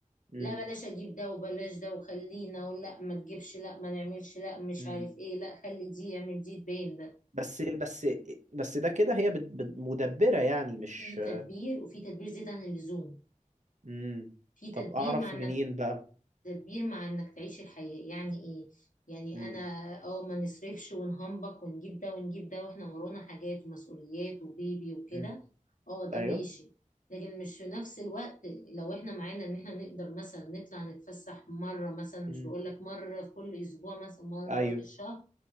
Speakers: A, on the right; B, on the left.
A: امم
B: لا بلاش اجيب ده وبلاش ده وخلينا ولا ما تجيبش لا ما نعملش لا مش
A: امم
B: عارف ايه لا خلي دي اعمل دي تبين ده
A: بس بس بس ده كده هي بت- بت- مدبرة يعني مش
B: في تدبير وفي تدبير زيادة عن اللزوم
A: امم
B: في تدبير
A: طب اعرف
B: مع انك
A: منين بقى
B: تدبير مع انك تعيش الحياة يعني ايه يعني
A: امم
B: انا اه ما نصرفش ونهنبك ونجيب ده ونجيب ده واحنا ورانا حاجات ومسؤوليات وبيبي وكده
A: امم
B: اه ده
A: ايوه
B: ماشي لكن مش في نفس الوقت لو احنا معانا ان احنا نقدر مثلا نطلع نتفسح مرة مثلا
A: امم
B: مش بقول لك مرة في كل اسبوع مثلا مرة
A: ايوه
B: في الشهر